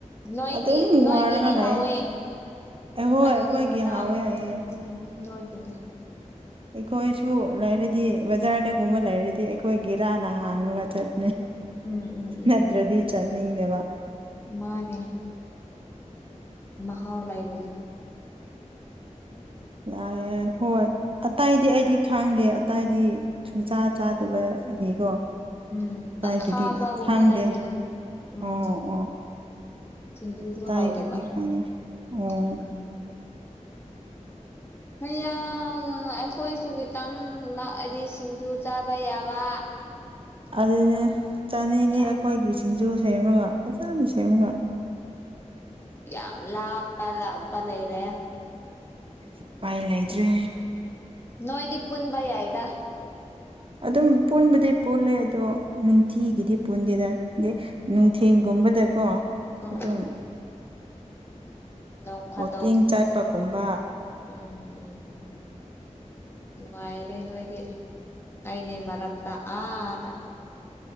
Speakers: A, on the left; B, on the right.
A: ꯅꯣꯏꯒꯤ
B: ꯑꯗꯨꯝ
A: ꯅꯣꯏꯒꯗꯤ
B: ꯋꯥꯔꯒ ꯂꯩꯌꯦ
A: ꯍꯋꯦ
B: ꯑꯩꯍꯣꯏ
A: ꯑꯗꯨꯒꯤ
B: ꯑꯩꯈꯣꯏꯒꯤ
A: ꯃꯅꯥ
B: ꯍꯥꯎꯋꯦ ꯍꯥꯏꯌꯦ
A: ꯎꯝ ꯅꯣꯏꯒꯤꯅꯦ
B: ꯑꯩꯈꯣꯏꯁꯨ ꯂꯩꯔꯗꯤ ꯕꯖꯥꯔꯗꯒꯨꯝꯕ ꯂꯩꯔꯗꯤ ꯑꯩꯈꯣꯏꯒꯤꯔꯥꯟꯅ ꯍꯥꯡꯉꯒ ꯆꯠ
A: ꯎꯝ ꯎꯝ ꯎꯝ
B: ꯅꯠꯇ꯭ꯔꯗꯤ
A: ꯎꯝ
B: ꯆꯠꯅꯤꯡꯗꯕ
A: ꯃꯥꯅꯦ ꯃꯍꯥꯎ ꯂꯩꯕꯅꯦ
B: ꯂꯥꯛꯑꯦ ꯍꯣꯏ ꯑꯇꯏꯗꯤ ꯑꯩꯗꯤ ꯈꯥꯡꯗꯦ ꯑꯇꯏꯗꯤ ꯁꯨꯡꯆꯥꯥ ꯆꯥꯗꯕ ꯒꯣ
A: ꯎꯝ
B: ꯇꯥꯏꯒꯤꯗꯤ
A: ꯑꯈꯥꯕꯒꯨꯝꯕ
B: ꯁꯥꯡꯗꯦ
A: ꯂꯩꯕꯅꯦ ꯎꯝ
B: ꯑꯣ ꯑꯣ
A: ꯁꯤꯡꯖꯨꯁꯨ
B: ꯄꯇꯥꯏ
A: ꯍꯥꯎꯗꯕ
B: ꯀ ꯈ ꯑꯣ <unintelligible>
A: ꯎꯝ ꯍꯡ ꯑꯩꯈꯣꯏꯁꯨ ꯈꯤꯇꯪ ꯍꯥꯏꯗꯤ ꯁꯤꯡꯖꯨ ꯆꯥꯕ ꯌꯥꯕ
B: ꯑꯗꯨꯅꯦ ꯆꯥꯅꯤꯡꯉꯤ
A: ꯌꯥꯝ
B: ꯑꯩꯈꯣꯏꯒꯤ ꯁꯤꯡꯖꯨ ꯁꯦꯝꯃꯒ ꯐꯖꯅ ꯁꯦꯝꯃꯒ
A: ꯌꯥꯝ ꯂꯥꯞꯄ ꯂꯥꯞꯄ ꯂꯩꯔꯦ
B: ꯎꯄꯥꯏ ꯂꯩꯇ꯭ꯔꯦ
A: ꯅꯣꯏꯗꯤ ꯄꯨꯨꯟꯕꯥ ꯌꯥꯏꯗ
B: ꯑꯗꯨꯝ ꯄꯨꯟꯕꯗꯤ ꯄꯨꯜꯂꯦ ꯑꯗꯣ ꯅꯨꯡꯊꯤꯒꯤꯗꯤ ꯄꯨꯟꯗꯦꯗ ꯑꯗꯩ
A: ꯎꯝ
B: ꯅꯨꯡꯊꯤꯟꯒꯨꯝꯕꯗꯀꯣ
A: ꯍꯣꯏ ꯍꯣꯏ ꯎꯝ
B: ꯑꯗꯨꯝ
A: ꯎꯝ ꯎꯝ ꯅꯣꯡ ꯐꯥꯗꯣꯛ
B: ꯋꯥꯛꯀꯤꯡ ꯆꯥꯠꯄꯒꯨꯝꯕ
A: ꯎꯝ ꯎꯝ ꯎꯝ ꯅꯨꯡꯉꯥꯏꯔꯦ ꯅ <unintelligible> <unintelligible> ꯑꯅꯦ ꯃꯔꯛꯇ ꯑꯗ